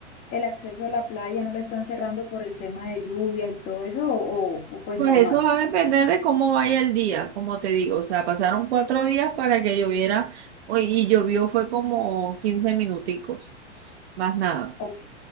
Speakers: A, on the left; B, on the right.
A: el acceso a la playa no la están cerrando por el tema de lluvias y todo eso, o, o- o pues
B: Pues
A: normal.
B: eso va a depender de cómo vaya el día, como te digo, o sea, pasaron cuatro días para que lloviera uy, y llovió fue como 15 minuticos, más nada.
A: Ok.